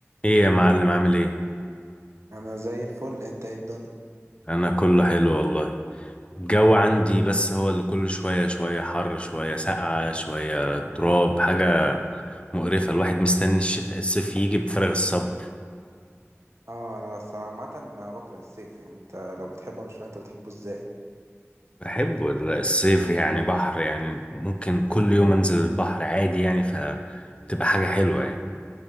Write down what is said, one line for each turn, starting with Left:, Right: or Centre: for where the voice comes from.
Left: ايه يا معلم عامل ايه
Right: انا زي الفل انت ايه الدنيا
Left: انا كله حلو والله الجو عندي بس هو اللي كل شوية شوية حر شوية ساقعة شوية تراب حاجة مقرفة الواحد مستني الشتاء الصيف يجي بفارغ الصبر
Right: اه انا بس أنا عامه انا بكره الصيف يعني انت لو بتحبه مش فاهم انت بتحبه ازاي
Left: بحبه ال- الصيف يعني بحر يعني ممكن كل يوم انزل البحر عادي يعني فبتبقى حاجة حلوة يعني